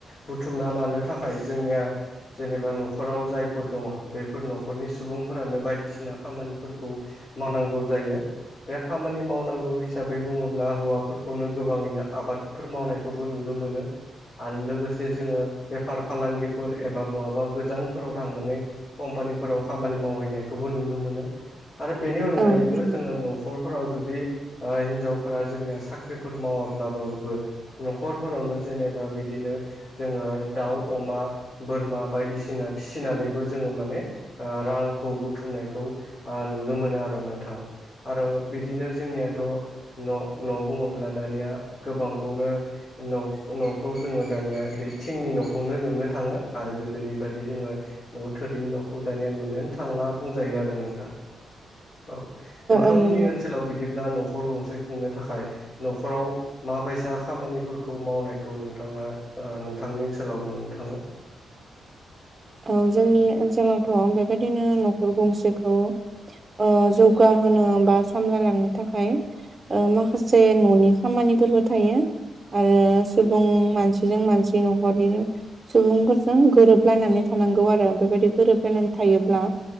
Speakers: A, on the left; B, on the right.
A: बुथुमना लानो थाखाय जोंनिया जेनेबा न'खराव जायफोर दङ बेफोर न'खरनि सुबुंफोरानो बायदिसिना खामानिफोरखौ मावनांगौ जायो बे खामानि मावनांगौ हिसा हिसाबै बुङोब्ला हौवाफोरखौनो गोबाङैनो आबादफोर मावनायखौबो नुनो मोनो। आरो लोगोसे जोङो बेफार फालांगिफोर एबा बहाबा गोजानफोराव थांनानै कम्पानिफोराव खामानि मावहैनायखौबो नुनो मोनो आरो बेनि अनगायैबो
B: औ नंगौ
A: जोङो न'खरफोराव जुदि ओ हिनजावफोरा जोंनिया साख्रिफोर मावाब्लाबाबो न'खरफोरावनो जेनेबा बिदिनो जोङो दाउ, अमा, बोरमा बायदिसिना फिसिनानैबो जोङो माने ओ रांखौ बुथुमनायखौ ओ नुनो मोनो आर' नोंथां। आरो बिदिनो जोंनियाथ' न' न' बुङोब्ला दानिया गोबांखौनो न'ख न'खौ जोङो दानिया बे थिंनि न'खौनो नुनो थाङो आरो गोदोनि बायदि जोङो न' थोरिनि न'खौ दानिया नुनोनो थांला बुंजायो आरो नोंथां औ नोंथांमोननि
B: औ नंगौ
A: ओनसोलाव बिदिब्ला न'खर गंसे खुंनो थाखाय न'खराव माबैसा खामानिफोरखौ मावनायखौ नोंथाङा ओ नोंथांनि ओनसोलाव नुनो थाङो?
B: औ जोंनि ओनसोलावथ' बेबायदिनो न'खर गंसेखौ ओ जौगाहोनो बा सामलायलांनो थाखाय ओ माखासे न'नि खामानिफोरबो थायो। आरो सुबुं मानसिजों मानसि न'खरनि सुबुंफोरजों गोरोबलायनानै थ थानांगौ आरो बेबायदि गोरोबलनानै थायोब्ला